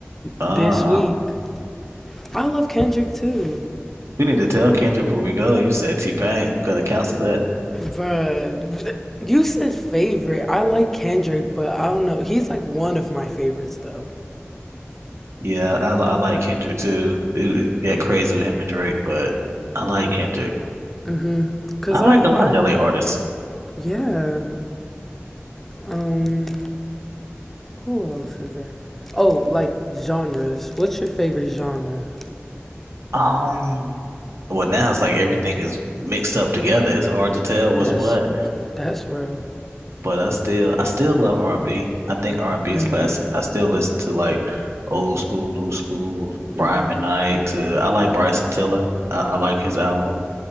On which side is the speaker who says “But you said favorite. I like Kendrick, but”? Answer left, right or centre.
Centre